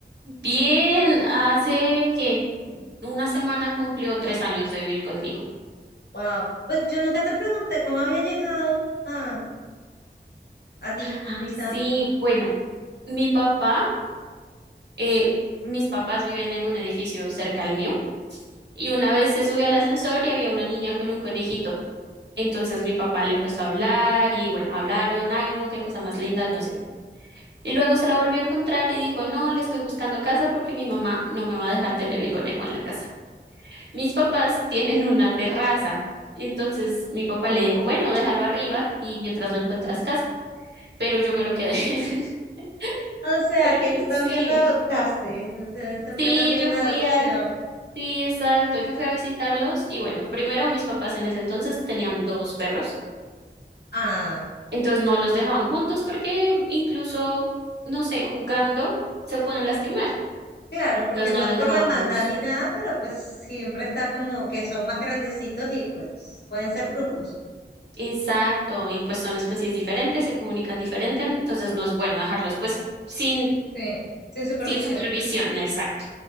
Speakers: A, on the right; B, on the left.
A: Bien, hace que una semana cumplió tres años de vivir conmigo.
B: wow. Pues yo nunca te pregunté cómo había llegado a, a ti. O
A: Ay,
B: sea,
A: sí, bueno, mi papá, eh, mis papás viven en un edificio cerca al mío y una vez se subió al ascensor y había una niña con un conejito. Entonces mi papá le empezó a hablar y bueno, hablaron, ay no, qué cosa más linda, no sé qué. Y luego se la volvió a encontrar y dijo, no, le estoy buscando casa porque mi mamá no me va a dejar tener el conejo en la casa. Mis papás tienen una terraza. Entonces mi papá le dijo, bueno, déjalo arriba y mientras lo encuentras casa. Pero yo me lo quedé. <laughs>
B: o sea,
A: Porque
B: que tú también
A: sí,
B: lo adoptaste. O sea, eso
A: sí,
B: fue también
A: yo
B: una
A: fui
B: adopción.
A: a, sí, exacto, yo fui a visitarlos y bueno, primero mis papás en ese entonces tenían dos perros.
B: Ah,
A: Entonces no los dejaban juntos porque incluso, no sé, jugando se pueden lastimar.
B: claro,
A: Entonces
B: porque
A: no
B: no
A: los
B: es por
A: dejaban
B: la maldad
A: juntos.
B: ni nada, pero pues siempre está como que son más grandecitos y pues pueden ser bruscos.
A: Exacto, y pues son especies diferentes, se comunican diferente, entonces no es bueno dejarlos pues sin
B: Sí, sin supervisión.
A: Sin supervisión, exacto.